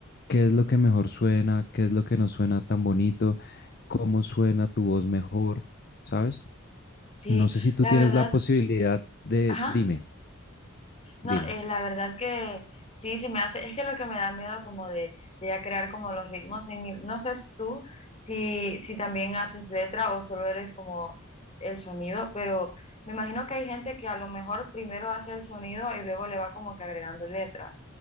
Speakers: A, on the left (about 45°); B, on the left (about 30°).
A: qué es lo que mejor suena, qué es lo que no suena tan bonito, cómo suena tu voz mejor, ¿sabes?
B: sí,
A: No sé si tú
B: la
A: tienes
B: verdad,
A: la posibilidad de,
B: ajá.
A: dime,
B: No,
A: dime.
B: eh, la verdad que sí, sí me hace, es que lo que me da miedo como de, de ya crear como los ritmos, en, el- no sé si tú si, si también haces letra o solo eres como el sonido, pero me imagino que hay gente que a lo mejor primero hace el sonido y luego le va como que agregando letra,